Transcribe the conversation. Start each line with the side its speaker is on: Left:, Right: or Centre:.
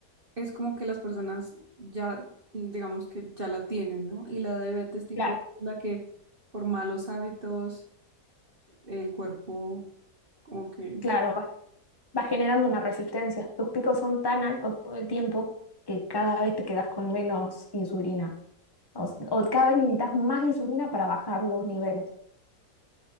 Right: es como que las personas ya, digamos que ya la tienen, ¿no? Y la diabetes tipo
Left: Claro,
Right: 2 es la que por malos hábitos el cuerpo como que
Left: claro, va, va generando una resistencia. Tus picos son tan altos todo el tiempo que cada vez te quedas con menos insulina. O, s- o cada vez necesitas más insulina para bajar los niveles.